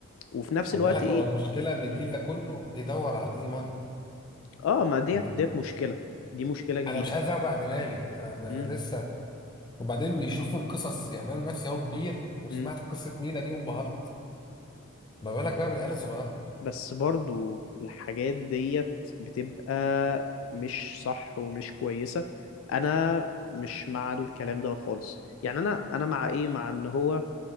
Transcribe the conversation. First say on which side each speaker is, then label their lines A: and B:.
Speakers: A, on the left; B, on the left.
A: وفي نفس
B: خد
A: الوقت
B: بالك هو
A: ايه
B: المشكله ان الجيل
A: م.
B: ده كله بيدور على الايزي ماني
A: اه ما ديت
B: انت فاهم؟
A: ديت مشكلة دي مشكلة كبيرة
B: انا مش عايز اوجع دماغي انا م-
A: امم
B: لسه وبعدين بيشوفوا القصص يعني انا نفسي اهو كبير وسمعت
A: امم
B: قصه مينا دي وانبهرت ما بالك بقى بالعيال الصغيره
A: بس برضو الحاجات ديت بتبقى مش صح ومش كويسة انا مش مع الكلام دوت خالص يعني انا انا مع ايه مع ان هو